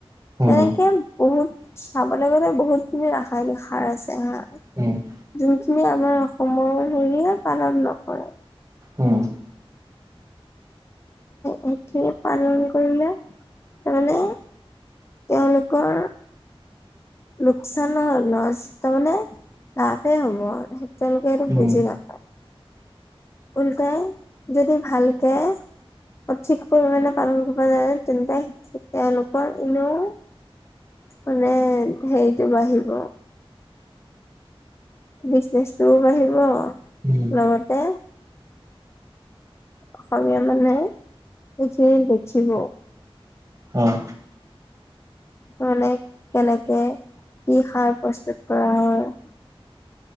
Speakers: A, on the right; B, on the left.
A: উম
B: তেনেকে বহুত চাবলৈ গ'লে বহুত খিনি ৰাসায়নিক সাৰ আছে হ
A: ও <unintelligible>
B: যোনখিনি আমাৰ অসমৰ হেৰিহে পালন নকৰে
A: উম
B: সতি পালন কৰিলে মানে তেওঁলোকৰ লোকচান নহ ল তাৰ মানে তাপে হব সতিয়ালকে এইটো
A: উম
B: বুজিলা উল্টাই যদি ভালকে সঠিক পৰিমাণে পালন কৰিব যায় তেন্তে তেওঁলোকৰ এনেও মানে সেইটো বাঢ়িব বিজনেচটোও বাঢ়িব
A: উম
B: লগতে অসমীয়া মানে কিজ দেখিব
A: হয়
B: মানে কেনেকে কি সাৰ প্ৰস্তুত কৰা হয়